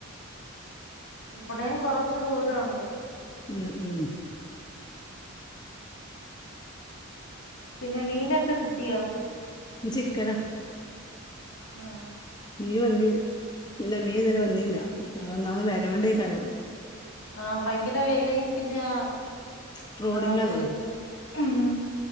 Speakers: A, on the left (about 75°); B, on the left (about 20°).
A: ഇവിടെയും കൊറച്ച് ദൂരം ഉണ്ട്
B: ഉം ഉം.
A: പിന്നെ മീനൊക്കെ കിട്ടിയോ
B: ഇന്ന് ചിക്കന
A: നാ.
B: മീൻ വന്നിൽ ഇല്ല മീൻതെരേ വ ന്നീല്ല ആ ഒന്നാമത് വെലോണ്ടേയ്ക്കാലം
A: ആ ഭയങ്കര വിലയും പിന്നെ ആ
B: ഡ്രോളിങ്
A: അത്
B: അല്ലേ
A: ഉം